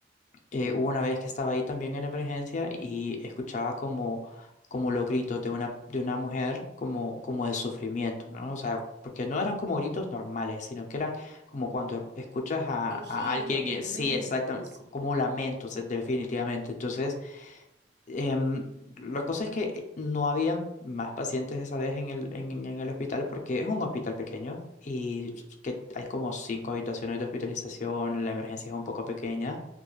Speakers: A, on the left; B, on the right.
A: eh, hubo una vez que estaba ahí también en emergencia y escuchaba como, como los gritos de una, de una mujer como, como de sufrimiento, ¿no? O sea, porque no eran como gritos normales, sino que eran como cuando escuchas a,
B: Quejidos,
A: a alguien,
B: lamentos.
A: eh, sí, exactamente, como lamentos, eh, definitivamente.
B: Ujú.
A: Entonces... Em, la cosa es que no había más pacientes esa vez en el, en, en el hospital porque es un hospital pequeño y que hay como cinco habitaciones de hospitalización, la emergencia es un poco pequeña